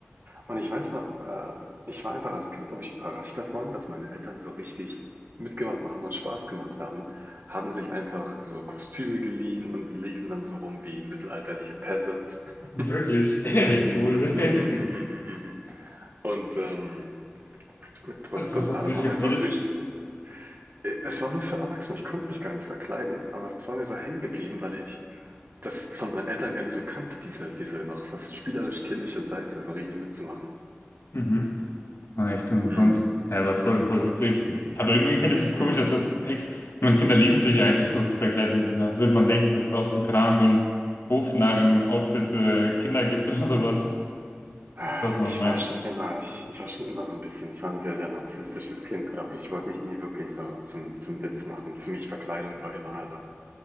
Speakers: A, on the right; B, on the left.
A: Und ich weiß noch, äh, ich war einfach als Kind, glaube ich, überrascht davon, dass meine Eltern so richtig mitgemacht haben und Spaß gemacht haben, haben sich einfach so Kostüme geliehen und sie liefen dann so rum wie mittelalterliche Peasants. <laughs>
B: Wirklich? <laughs> Wie cool.
A: Mm, mm, mm, mm,
B: <laughs>
A: mm, mm. Und ähm, mit Perücke
B: Also, was
A: und
B: hast
A: allem
B: du dir
A: haben
B: schon
A: einfach
B: geredet?
A: sich. äh, Es war nur für Erwachsene, ich konnte mich gar nicht verkleiden, aber es war mir so hängen geblieben, weil ich das von meinen Eltern gar nicht so kannte, diese, diese noch fast spielerisch kindliche Seite, so richtig mitzumachen.
B: Mhm. Ah, echt interessant.
A: Mm,
B: Ja, aber voll, voll witzig. Aber irgendwie finde ich es komisch,
A: mm.
B: dass das ex. Man, Kinder lieben sich ja eigentlich so zu verkleiden. Und dann würde man denken, dass es auch so, keine Ahnung, so ein Hofnarren-Outfit für Kinder gibt <laughs> oder was.
A: Ah,
B: Sollte man
A: Ich
B: meinen.
A: war schon immer, ich, ich war schon immer so ein bisschen, ich war ein sehr, sehr narzisstisches Kind, glaube ich. Ich wollte mich nie wirklich so zum, zum Witz machen. Für mich Verkleidung war immer albern.